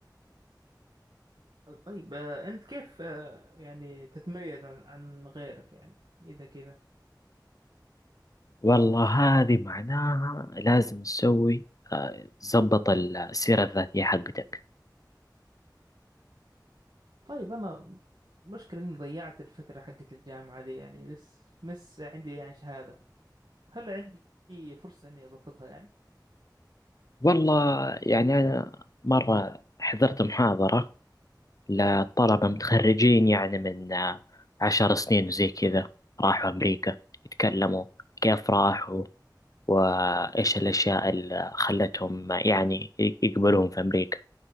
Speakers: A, on the right; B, on the left.
A: طيب آه، انت كيف آه، يعني تتميز عن عن غيرك يعني اذا كذا
B: والله هذه معناها لازم تسوي آه، تظبط السيرة الذاتية حقتك
A: طيب انا مشكلة اني ضيعت الفترة حقت الجامعة دي يعني بس مس عندي يعني شهادة هل عندي فرصة اني اضبطها يعني
B: والله يعني أنا مرة حضرت محاضرة لطلبة متخرجين يعني من آه، عشر سنين وزي كذا راحوا أمريكا يتكلموا كيف راحوا وإيش الأشياء اللي خلتهم يعني يقبلوهم في أمريكا